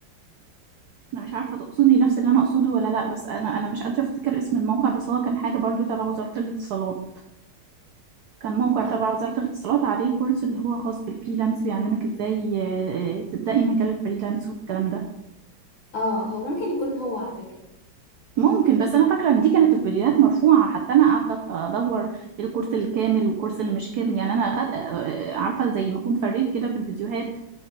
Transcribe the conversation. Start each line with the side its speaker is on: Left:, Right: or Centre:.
Right: انا مش عارفة تقصدي نفس اللي انا اقصده ولا لا بس انا انا مش قادرة افتكر اسم الموقع بس هو كان حاجة برضو تبع وزارة الاتصالات كان موقع
Left: اه
Right: تبع وزارة الاتصالات عليه كورس اللي هو خاص بالفريلانس بيعلمك ازاي آه، آه، تبدأي مجال الفريلانس والكلام ده
Left: آه، هو ممكن يكون هو على فكرة
Right: ممكن بس انا فاكره ان دي كانت الفيديوهات مرفوعه حتى انا قعدت أف- ادور الكورس الكامل والكورس اللي مش كامل يعني انا أخد... آه، عارفه زي ما اكون فريت كده في الفيديوهات